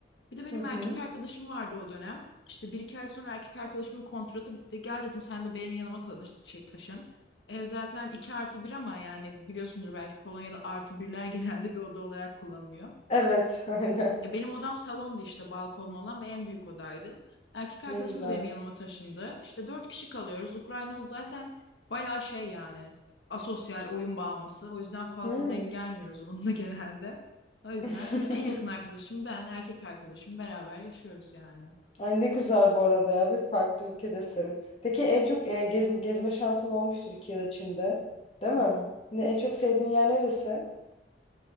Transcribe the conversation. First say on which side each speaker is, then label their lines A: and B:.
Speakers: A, on the left; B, on the left.
A: Bir de benim
B: Hı hı.
A: erkek arkadaşım vardı o dönem. İşte bir iki ay sonra erkek arkadaşımın kontratı bitti. Gel dedim sen de benim yanıma tanış, şey taşın. Ev zaten 2 artı bir ama yani biliyorsundur belki Polonya'da artı birler <laughs> genelde bir oda olarak kullanılıyor.
B: Evet, <laughs> aynen.
A: E benim odam salondu işte balkonlu olan ve en büyük odaydı. Erkek arkadaşım
B: Ne güzel.
A: da benim yanıma taşındı. İşte dört kişi kalıyoruz. Ukraynalı zaten bayağı şey yani asosyal, oyun bağımlısı. O yüzden fazla
B: Hı.
A: denk gelmiyoruz onunla <laughs> genelde. O yüzden
B: <laughs>
A: öyle en yakın arkadaşım ben, erkek arkadaşım beraber yaşıyoruz yani.
B: Ay ne güzel bu arada ya bir farklı ülkedesin. Peki en çok e, gez- gezme şansın olmuştur iki yıl içinde, değil mi?
A: Hı hı.
B: Ne, en çok sevdiğin yer neresi?